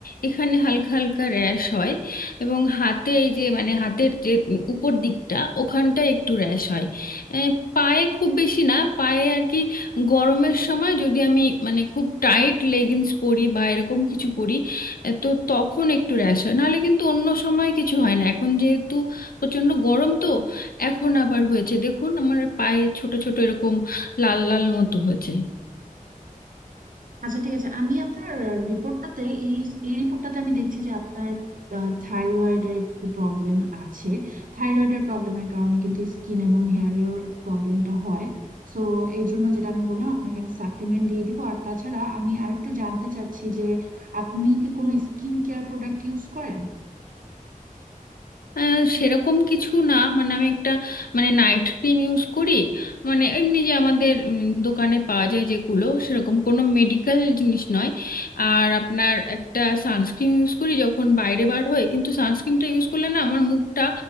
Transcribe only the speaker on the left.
এখানে হালকা হালকা র্যাশ হয় এবং হাতে এই যে মানে হাতের যে উপর দিকটা ওখানটা একটু র্যাশ হয় আহ, পায়ে খুব বেশি না পায়ে আর কি গরমের সময় যদি আমি মানে খুব টাইট লেগিংস পরি বা এরকম কিছু পরি আহ, তো তখন একটু র্যাশ হয় নাহলে কিন্তু অন্য সময় কিছু হয় না এখন যেহেতু প্রচণ্ড গরম তো এখন আবার হয়েছে দেখুন আমার পায়ে ছোট ছোট এরকম লাল লাল মতো হয়েছে
আহ, সেরকম কিছু না মানে আমি একটা মানে নাইট ক্রিম ইউজ করি মানে এমনি যে আমাদের উম, দোকানে পাওয়া যায় যেগুলো সেরকম কোনো মেডিকেল জিনিস নয় আর আপনার একটা সানস্ক্রিন ইউজ করি যখন বাইরে বার হই কিন্তু সানস্ক্রিনটা ইউজ করলে না আমার মুখটা